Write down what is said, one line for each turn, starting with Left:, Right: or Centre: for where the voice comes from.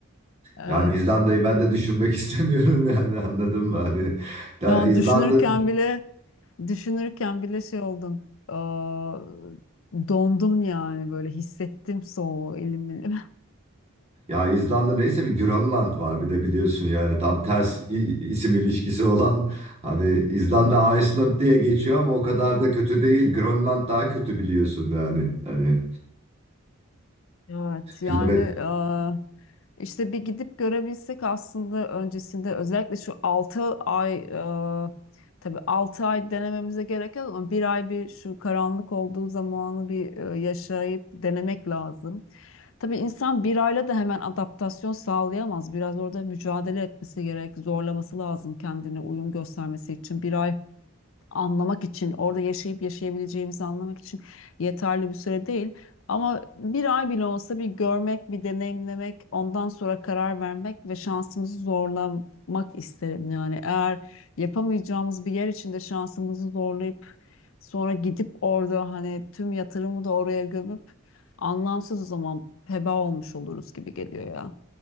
Left: Evet.
Right: Yani İzlanda'yı ben de düşünmek <laughs> istemiyorum yani anladın mı? Hani ya
Left: Şu an
Right: İzlanda'nın
Left: düşünürken bile Düşünürken bile şey oldum. Aa, dondum yani böyle hissettim soğuğu elim elim. <laughs>
Right: Ya İzlanda neyse bir Grönland var bir de biliyorsun yani tam ters i- isim ilişkisi olan hani İzlanda
Left: Hmm.
Right: Iceland diye geçiyor ama o kadar da kötü değil. Grönland daha kötü biliyorsun yani. Hani
Left: Evet yani
Right: bilemedim.
Left: aa, işte bir gidip görebilsek aslında öncesinde özellikle şu 6 ay aa, tabii 6 ay denememize gerek yok ama bir ay bir şu karanlık olduğu zamanı bir e, yaşayıp denemek lazım. Tabii insan bir ayla da hemen adaptasyon sağlayamaz. Biraz orada mücadele etmesi gerek, zorlaması lazım kendine uyum göstermesi için. Bir ay anlamak için, orada yaşayıp yaşayabileceğimizi anlamak için yeterli bir süre değil. Ama bir ay bile olsa bir görmek, bir deneyimlemek, ondan sonra karar vermek ve şansımızı zorlamak isterim. Yani eğer yapamayacağımız bir yer içinde şansımızı zorlayıp sonra gidip orada hani tüm yatırımı da oraya gömüp anlamsız o zaman heba olmuş oluruz gibi geliyor ya.